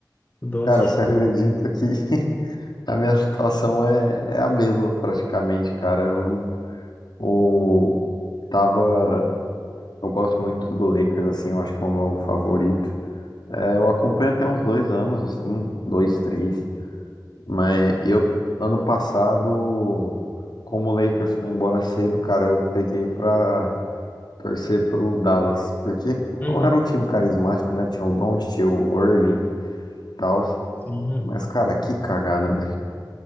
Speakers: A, on the left; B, on the left.
A: o Doncic
B: Cara, você
A: pro.
B: acredita que <laughs> a minha situação é, é a mesma, praticamente, cara. Eu, eu tava. Eu gosto muito do Lakers, assim, eu acho que é o meu favorito. É, eu acompanho tem uns dois anos, assim, dois, três. Mas eu, ano passado, como o Lakers foi embora cedo, cara, eu peguei pra torcer pro Dallas. Porque
A: Uhum,
B: era um time carismático, né? Tinha o Doncic, tinha o Irving e tal.
A: sim.
B: Mas, cara, que cagada, né?